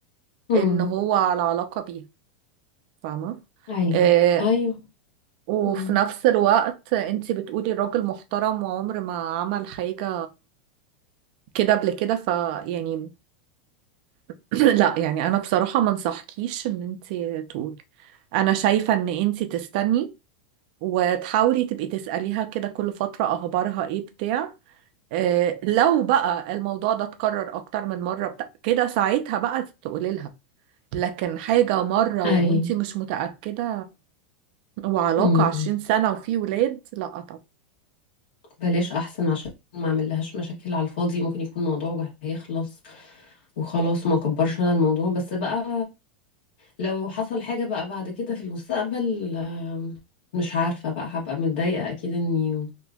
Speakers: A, on the left (about 75°); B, on the right (about 60°).
A: أمم.
B: ان هو على علاقه بيها فاهمه
A: ايوه
B: آه
A: ايوه
B: وفي
A: امم
B: نفس الوقت انت بتقولي الراجل محترم وعمر ما عمل حاجه كده قبل كده فيعني <laughs> لا يعني انا بصراحة ما انصحكيش ان انت تقولي انا شايفة ان انت تستني وتحاولي تبقي تسأليها كده كل فترة اخبارها ايه بتاع آه لو بقى الموضوع ده اتكرر اكتر من مرة بتاع كده ساعتها بقى تقولي لها لكن حاجة مرة
A: ايوه
B: وانت مش متأكدة وعلاقة
A: امم
B: عشرين
A: أمم.
B: سنة وفي ولاد لا طبعا
A: بلاش احسن عشان ما اعمل لهاش مشاكل على الفاضي ممكن يكون موضوع وهيخلص وخلاص وما كبرش انا الموضوع بس بقى لو حصل حاجة بقى بعد كده في المستقبل آم، مش عارفة بقى هبقى متضايقة أكيد إني